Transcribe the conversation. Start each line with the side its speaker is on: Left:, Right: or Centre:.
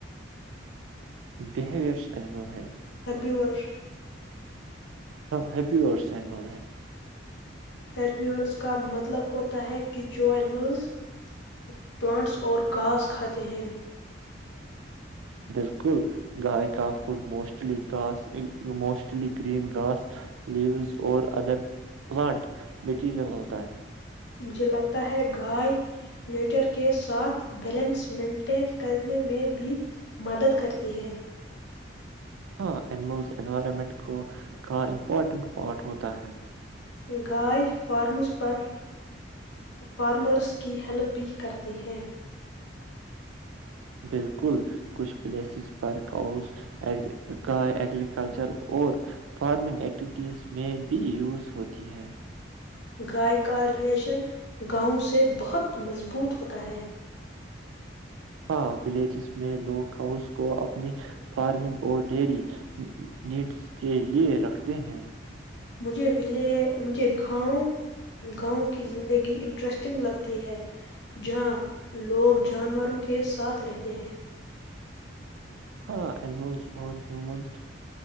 Right: بہیویرس اینمل ہے
Left: ہربیورور
Right: ہاں ہیپی سگل ہے
Left: ہربیورس کا مطلب ہوتا ہے کہ جو اینیملز پلانٹس اور گھاس کھاتے ہیں
Right: بالکل گائے کا food mostly grass mostly green grass leaves اور ادر پلانٹ میٹیریل ہوتا ہے
Left: مجھے لگتا ہے گائے نیچر کے ساتھ بیلنس مینٹین کرنے میں بھی مدد کرتی ہے
Right: ہاں اینیملز انوائرمنٹ کو کا امپورٹنٹ پارٹ ہوتا ہے
Left: گائے فارمز پر فارمرس کی ہیلپ بھی کرتی ہیں
Right: بالکل کچھ پلیسز پر کا اس گائے اگریکلچر اور فارمنگ ایٹوٹییز میں بھی یوز ہوتی ہے
Left: گائے کا ریلیشن گاؤں سے بہت مضبوط ہوتا ہے
Right: ہاں ولیجز میں لوگ کاوس کو اپنی فارمنگ اور ڈیری نیڈز کے لے رکھتے ہیں
Left: مجھے ول مجھے گاؤں گاؤں کی زندگی انٹرسٹنگ لگتی ہے جہاں لوگ جانوروں کے ساتھ رہتے ہیں
Right: ہاں اینیملز اور ہیومنس